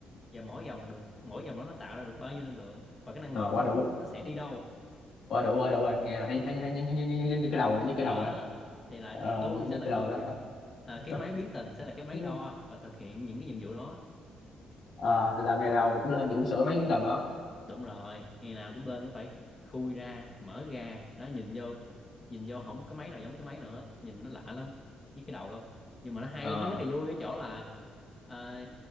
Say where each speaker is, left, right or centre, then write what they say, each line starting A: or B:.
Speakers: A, on the left; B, on the left.
A: và mỗi vòng được mỗi vòng đó nó tạo ra được bao nhiêu năng lượng và cái năng
B: rồi
A: lượng
B: quá
A: nó
B: đủ
A: nó, nó sẽ đi đâu
B: quá đủ quá đủ rồi nghe là thấy thấy thấy như, như, như, như, như cái đầu rồi như cái
A: đó
B: đầu rồi
A: thì là
B: ờ
A: tôi
B: như, như
A: sẽ là
B: cái
A: người
B: đầu đó
A: à,
B: <laughs>
A: cái máy biến tần sẽ là cái máy
B: Ừ.
A: đo và thực hiện những cái nhiệm vụ đó,
B: ờ làm
A: đó.
B: ngày nào mình cũng lên mình cũng sửa mấy miếng tầng đó
A: đúng rồi ngày nào cũng lên nó phải khui ra mở ra đó nhìn vô nhìn vô không cái máy nào giống cái máy nào hết nhìn nó lạ lắm nhức cái đầu lắm nhưng mà nó hay
B: ờ
A: nó rất là vui ở chỗ là à,